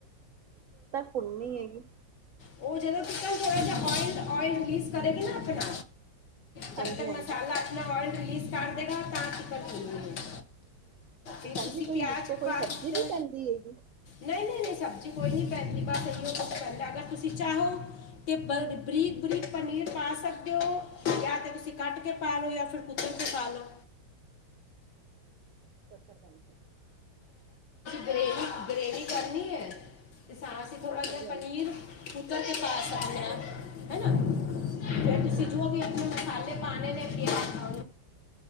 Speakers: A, on the right; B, on the left.
A: ਭੂਨੀ ਹੈਗੀ
B: ਉਹ ਜਦੋਂ ਤ ਥੋੜ੍ਹਾ ਜਿਹਾ ਊਇਲ ਊਇਲ ਰਿਲੀਜ਼ ਕਰਗੀ ਨਾ ਆਪਣਾ ਜਬ
A: ਹਾਂਜੀ
B: ਤੱਕ
A: ਹਾਂਜੀ
B: ਮਸਾਲਾ ਆਪਣਾ ਵਰਲਡ ਰਲੀਜ਼ ਕਰ ਦੇਗਾ ਤਾਂ ਕੀ ਕਰ ਫ
A: ਤੇ
B: ਤੁਸੀਂ
A: ਭੈਣ ਜੀ ਕੋਈ
B: ਪਿਆਜ
A: ਵਿੱਚ ਕੋਈ
B: ਪਾ
A: ਸਬਜ਼ੀ
B: ਦਿੱਤੇ
A: ਵੀ ਪੈਂਦੀ ਹੈਗੀ
B: ਨਹੀਂ ਨਹੀਂ ਨਹੀਂ ਸਬਜ਼ੀ ਕੋਈ ਨਹੀਂ ਪੈਂਦੀ ਬਸ ਇ ਕੁਛ ਪੈਂਦਾ ਅਗਰ ਤੁਸੀ ਚਾਹੋ ਤੇ ਬਰੀਕ ਬਰੀਕ ਪਨੀਰ ਪਾ ਸਕਦੇ ਹੋ ਜਾਂ ਤਾਂ ਤੁਸੀ ਕੱਟ ਕੇ ਪਾ ਲਓ ਜਾਂ ਫਿਰ ਕੁੱਤਰ ਪਾ ਲਓ
A: ਛ ਕਰਨ
B: ਗਰੇਵੀ ਗਰੇਵੀ ਕਰਨੀ ਹੈ ਸਸੀ ਥੋੜਾ
A: ਹਾਂਜੀ
B: ਜਿਹਾ
A: ਹਾਂਜੀ
B: ਪਨੀਰ ਪੁੱਤੋਂ ਦੇ ਪਾਸ ਆਣੇ ਆ ਹਨਨਾ ਫੇਰ
A: ਅੱਛਾ
B: ਤੁਸੀ
A: ਅੱਛਾ
B: ਜੋ ਵੀ ਆਪਣੇ ਮਸਾਲੇ ਪਾਣੇ ਨੇ ਕਿਹਾ <unintelligible>